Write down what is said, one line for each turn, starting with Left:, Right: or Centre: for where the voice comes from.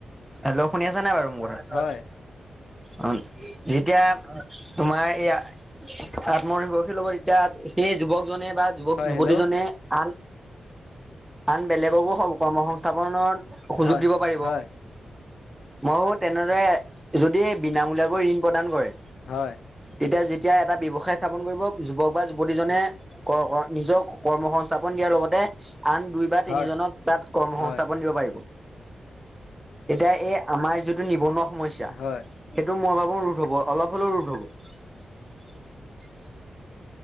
Centre: হেল্লো শুনি আছা নাই বাৰু মোৰ কথা
Left: হয়
Centre: অ যেতিয়া তোমাৰ এইয়া আত্মনিৰ্ভৰশীল হ'ব তেতিয়া সেই যুৱকজনে বা যুৱক
Left: হয়
Centre: যুৱতীজনে
Left: হেল্ল'
Centre: আন আন বেলেগকো কৰ্ম সংস্থাপনত সুযোগ
Left: হয়
Centre: দিব পাৰিব।
Left: হয়
Centre: মইও তেনেদৰে যদি বিনামূলীয়াকৈ ঋণ প্ৰদান কৰে
Left: হয়।
Centre: তেতিয়া যেতিয়া এটা ব্যৱসায় স্থাপন কৰিব যুৱক বা যুৱতীজনে নিজক কৰ্ম সংস্থাপন দিয়াৰ লগতে আন দুই বা তিনিজনক
Left: হয়
Centre: তাত কৰ্ম
Left: হয়
Centre: সংস্থাপন দিব পাৰিব। এতিয়া এই আমাৰ যিটো নিবনুৱা সমস্যা।
Left: হয়
Centre: সেইটো মই ভাব- ৰোধ হ'ব অলপ হ'লেও ৰোধ হ'ব।